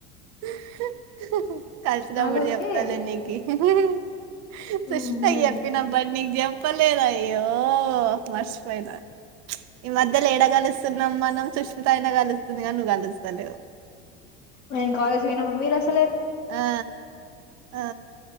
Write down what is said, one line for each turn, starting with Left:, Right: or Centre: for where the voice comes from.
Right: హు హ కలిసినప్పుడు
Left: ఆల్ ఓకే
Right: చెప్తాలే నీకి <unintelligible> సుస్తాయప్పి
Left: ఉహు
Right: నా బ నీకు చెప్పలేదు అయ్యో మర్చిపోయినా ఈ మధ్యలో ఏడకలుస్తు మనం సుష్మిత అయినా కలుస్తుందిగానీ నువ్వు కలుస్తలేవు
Left: నేను కాలేజ్ పోయినప్పుడు మీరు వస్
Right: ఆ ఆ